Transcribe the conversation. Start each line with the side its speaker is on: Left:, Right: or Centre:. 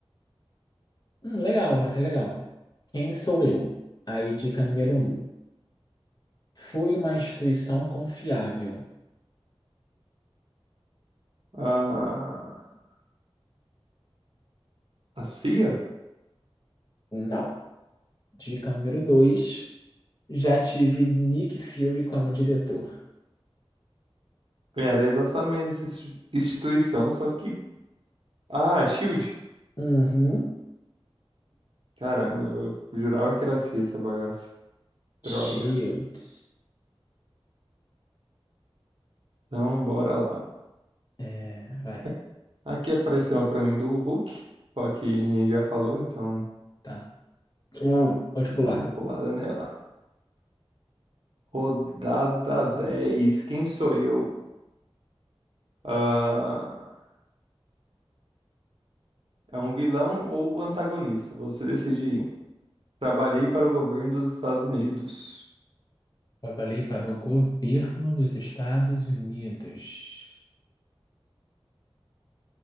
Left: Hum, legal, vai ser legal. Quem sou eu? Aí, dica número um. Fui uma instituição confiável.
Right: Ah, a CIA
Left: Não. Dica número dois. Já tive Nick Fury como diretor.
Right: era exatamente essa insti- instituição, só que. Ah, Shield.
Left: Uhum.
Right: Caramba, eu jurava que era a CIA essa bagaça. Droga.
Left: Shield.
Right: Então, bora lá.
Left: É, vai,
Right: A- Aqui apareceu uma pra mim do Hulk, só que já falou, então
Left: tá. Hum. Pode
Right: dá
Left: pular.
Right: uma pulada nela. Rodada 10. Quem sou eu? Ah, é um vilão ou antagonista? Você decide. Trabalhei para o governo dos Estados Unidos.
Left: Trabalhei para o governo dos Estados Unidos.